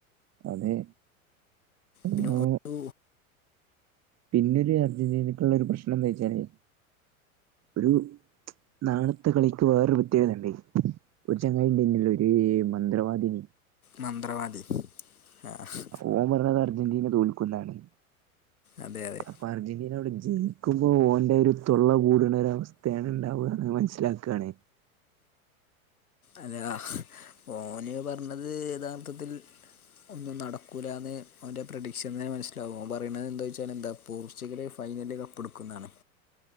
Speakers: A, on the right; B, on the left.
A: അതെ അപ്പോ
B: പിന്നെ ഒട്ടൂ
A: പിന്നെരു അർജന്റീനക്കള്ളരു പ്രശ്നന്താച്ചാല് ഒരു നാളത്തെ കളിക്ക് വേറൊരു പ്രത്യേകതണ്ട് ഒരു ചങ്ങായിണ്ടേനെല്ലോ ഒരു മന്ത്രവാദിനി
B: മന്ത്രവാദി ആഹാ
A: ഓൻ പറഞ്ഞത് അർജന്റീന തോൽക്കുന്നാണ്
B: അതെ അതെ
A: അപ്പൊ അർജന്റീന അവിടെ ജയിക്കുമ്പോൾ ഓന്റെരു തൊള്ള കൂടുണ ഒരു അവസ്ഥയാണ് ഉണ്ടാവാന്ന് മനസ്സിലാക്കാന്ന്
B: അതെയാ ഓന് പറഞ്ഞത് യഥാർത്ഥത്തിൽ ഒന്നും നടക്കൂലാന്ന് ഓൻ്റെ പ്രൊഡിക്ഷൻന്നെ മനസ്സിലാവും പറയണുത് എന്തോച്ചാൽ എന്താ പോർച്ചുഗല് ഫൈനല് കപ്പ് ടുക്കുന്നാണ്